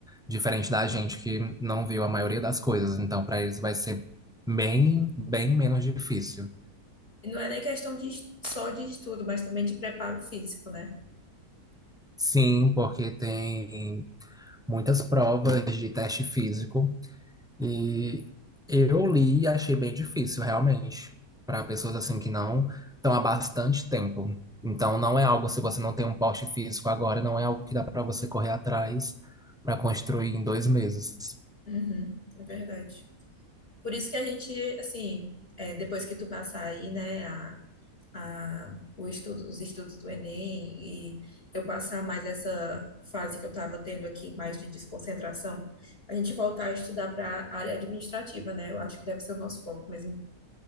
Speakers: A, in the centre; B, on the left.
A: diferente da gente que não viu a maioria das coisas, então para eles vai ser bem, bem menos difícil.
B: E não é nem questão de, es- só de estudo, mas também de preparo físico, né?
A: Sim, porque tem muitas provas de teste físico E eu li e achei bem difícil, realmente, para pessoas assim que não estão há bastante tempo. Então, não é algo, se você não tem um porte físico agora, não é algo que dá para você correr atrás para construir em dois meses.
B: Uhum, é verdade. Por isso que a gente, assim, é, depois que tu passar aí, né, a a, o estudo, os estudos do Enem e eu passar mais essa fase que eu estava tendo aqui, mais de desconcentração, a gente voltar a estudar para a área administrativa, né? Eu acho que deve ser o nosso foco mesmo.